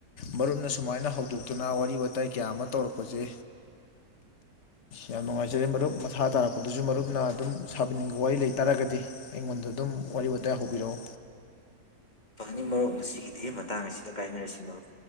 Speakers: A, on the left (about 50°); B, on the left (about 30°).
A: ꯃꯔꯨꯞꯅ ꯁꯨꯃꯥꯏꯅ ꯍꯧꯗꯣꯛꯇꯨꯅ ꯋꯥꯔꯤ ꯋꯥꯇꯥꯏ ꯀꯌꯥ ꯑꯃ ꯇꯧꯔꯛꯄꯁꯤ ꯌꯥꯝ ꯅꯨꯡꯉꯥꯏꯖꯔꯦ ꯃꯔꯨꯞ ꯃꯥ ꯇꯥꯔꯛꯄꯗꯁꯨ ꯃꯔꯨꯞꯅ ꯑꯗꯨꯝ ꯁꯥꯕꯤꯅꯤꯡꯕ ꯋꯥꯔꯤ ꯂꯩꯇꯥꯥꯔꯒꯗꯤ ꯑꯩꯉꯣꯟꯗ ꯑꯗꯨꯝ ꯋꯥꯔꯤ ꯋꯥꯇꯥꯏ ꯍꯧꯕꯤꯔꯛꯎ
B: ꯐꯪꯒꯅꯤ ꯃꯔꯣꯛ ꯉꯁꯤꯒꯤꯗꯤ ꯃꯇꯥꯡ ꯑꯁꯤꯗ ꯀꯥꯏꯅꯔꯁꯤ ꯃꯔꯨꯞ